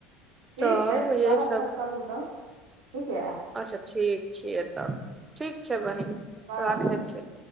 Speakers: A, on the right; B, on the right.
A: ठीक
B: तऽ
A: छै,
B: यही
A: करब
B: सब
A: फेर करू, तखन ठीक होयत।
B: अच्छा ठीक छियै, तब ठीक छै। बहिन
A: करब
B: राखै
A: फेर
B: छी